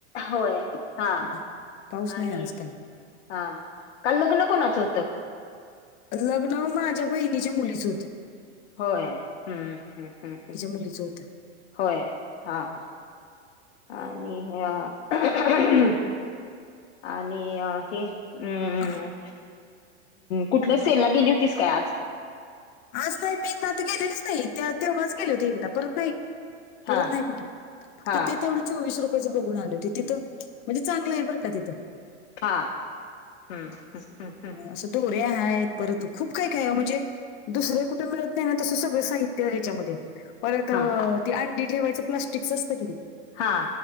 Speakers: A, on the left (about 75°); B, on the left (about 30°).
A: होय हा
B: नाही, पाऊस नाही
A: आणि
B: आज काय
A: हा काल लग्न कोणाचं होतं.
B: लग्न माझ्या बहिणीच्या मुलीच होत.
A: होय हम्म हम्म हम्मम्
B: मुलीचं होतं
A: होय हा ह. अ आणि ह. आणि हे हम्.
B: हा?
A: कुठल्या सेलला गेली होतीस काय आज.
B: आज नाही मी ना तर गेलेलीच नाही त्या तेव्हाच गेले होती एकदा परत नाही. परत
A: हा
B: नाही कुठे फक्त
A: हा
B: ते तेवढं. चोवीस रुपयाेच बघून आले होते तिथं म्हणजे चांगलं आहे बर का तिथं.
A: हा हम्म हम्म हम्म हम्म
B: असं दोरे आहेत परंतु खूप काय खय म्हणजे दुसरे कुठे मिळत नाही ना तसं सगळं साहित्य ह्याच्यामध्ये परत
A: हा
B: ती अंडी ठेवायचं प्लास्टिकचं असतं कि नाही
A: हा